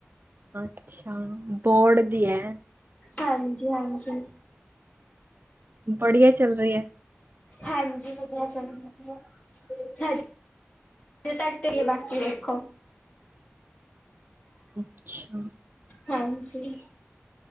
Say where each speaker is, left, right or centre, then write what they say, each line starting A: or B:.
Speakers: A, on the right; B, on the left.
A: ਅੱਛਾ ਬੋਰਡ ਦੀ ਐ।
B: ਹਾਂਜੀ-ਹਾਂਜੀ
A: ਬੜੀਆ ਚੱਲ ਰੀ ਐ।
B: ਹਾਂਜੀ ਵਧੀਆ ਚੱਲ ਰੀ ਐ <unintelligible> ਜੇ ਟਕਦੇ ਗ ਬਾਕੀ ਵੇਖੋ।
A: ਅੱਛਾ
B: ਹਾਂਜੀ।